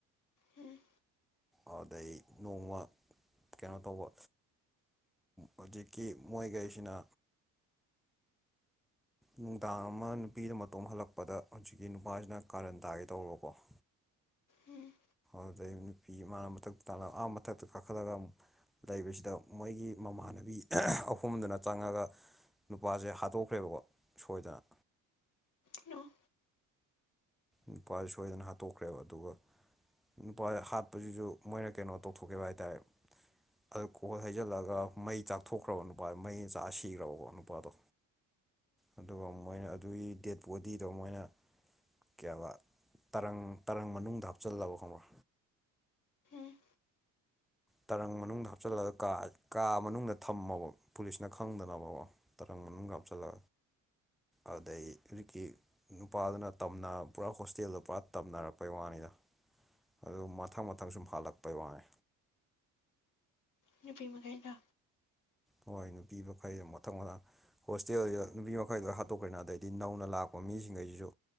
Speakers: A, on the left; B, in the centre.
A: ꯎꯝ
B: ꯑꯗꯨꯗꯩ ꯅꯣꯡꯃ ꯀꯩꯅꯣ ꯇꯧꯕ ꯍꯧꯖꯤꯛꯀꯤ ꯃꯣꯏꯈꯩꯁꯤꯅ ꯅꯨꯡꯗꯥꯡ ꯑꯃ ꯅꯨꯄꯤꯗ ꯃꯇꯣꯝ ꯍꯜꯂꯛꯄꯗ ꯍꯧꯖꯤꯛꯀꯤ ꯅꯨꯄꯥꯁꯤꯅ ꯀꯥꯔꯟ ꯇꯥꯒꯦ ꯇꯧꯕꯀꯣ <inaudible>
A: ꯎꯝ
B: ꯑꯗꯨꯗꯩ ꯅꯨꯄꯤ ꯃꯥꯅ ꯃꯊꯛꯇ ꯑꯥ ꯃꯊꯛꯇ ꯀꯥꯈꯠꯂꯒ ꯂꯩꯕꯁꯤꯗ ꯃꯣꯏꯒꯤ ꯃꯃꯥꯟꯅꯕꯤ ꯑꯍꯨꯝꯗꯨꯅ ꯆꯪꯉꯒ ꯅꯨꯄꯥꯁꯦ ꯍꯥꯠꯇꯣꯛ ꯍꯥꯠꯈ꯭ꯔꯦꯕꯀꯣ ꯁꯣꯏꯗꯅ
A: ꯅꯣ
B: ꯅꯨꯄꯥ ꯁꯣꯏꯗꯅ ꯍꯥꯠꯇꯣꯛꯈ꯭ꯔꯦꯕ ꯑꯗꯨꯒ ꯅꯨꯄꯥ ꯍꯥꯠꯄꯁꯤꯁꯨ ꯃꯣꯏꯅ ꯀꯩꯅꯣ ꯇꯧꯊꯣꯛꯈꯤꯕ ꯍꯥꯏ ꯇꯥꯔꯦ ꯑꯗꯨ ꯀꯣꯠ ꯍꯩꯖꯤꯜꯂꯒ ꯃꯩ ꯆꯥꯛꯊꯣꯛꯈ꯭ꯔꯕ ꯅꯨꯄꯥꯗꯣ ꯃꯩꯅ ꯆꯥꯛꯑ ꯁꯤꯈ꯭ꯔꯕꯀꯣ ꯅꯨꯄꯥꯗꯣ ꯑꯗꯨꯒ ꯃꯣꯏꯅ ꯑꯗꯨꯒꯤ ꯗꯦꯠ ꯕꯣꯗꯤꯗꯣ ꯃꯣꯏꯅ ꯀꯌꯥꯕ ꯇꯔꯪ ꯇꯔꯪ ꯃꯅꯨꯡꯗ ꯍꯥꯞꯆꯤꯜꯂꯕ ꯈꯪꯕ꯭ꯔ
A: ꯎꯝ
B: ꯇꯔꯪ ꯃꯅꯨꯡꯗ ꯍꯥꯞꯆꯤꯜꯂꯒ ꯀꯥ ꯃꯅꯨꯡꯗ ꯊꯝꯃꯕ ꯄꯨꯂꯤꯁꯅ ꯈꯪꯗꯅꯕꯀꯣ ꯇꯔꯪ ꯃꯅꯨꯡ ꯍꯥꯞꯆꯜꯂ ꯑꯗꯩ ꯍꯧꯖꯤꯛꯀꯤ ꯅꯨꯄꯥꯗꯨꯅ ꯇꯝꯅ ꯄꯨꯔꯥ ꯍꯣꯁꯇꯦꯜꯗ ꯄꯨꯔꯥ ꯇꯝꯅꯔꯛꯄꯩ ꯋꯥꯅꯤꯗ ꯑꯗꯨ ꯃꯊꯪ ꯃꯊꯪ ꯁꯨꯝ ꯍꯥꯜꯂꯛꯄꯩ ꯋꯥꯅꯤ
A: ꯅꯨꯄꯤ ꯃꯈꯩꯗꯣ
B: ꯍꯣꯏ ꯅꯨꯄꯤ ꯃꯈꯩ ꯃꯊꯪ ꯃꯊꯪ ꯍꯣꯁꯇꯦꯜꯗꯨ ꯅꯨꯄꯤ ꯃꯈꯩꯗꯨ ꯍꯥꯠꯇꯣꯛꯈ꯭ꯔꯦꯅ ꯑꯗꯩꯗꯤ ꯅꯧꯅ ꯂꯥꯛꯄ ꯃꯤꯁꯤꯡ ꯈꯩꯁꯤꯁꯨ